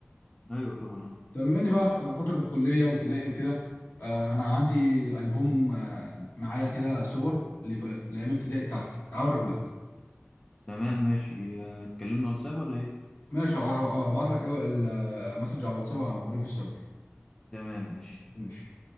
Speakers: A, on the left; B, on the left.
A: ايوه طبعا اه
B: طب بما إني بقى فترة الكلية وابتدائي وكده آه، أنا عندي ألبوم آه، معايا كده صور لف- لأيام ابتدائي بتاعتي تعال أوريهولك
A: تمام ماشي آه، اتكلمنا واتساب ولا ايه
B: ماشي هبعت لك ايوه المسج على الواتساب اوريك الصور
A: تمام ماشي
B: ماشي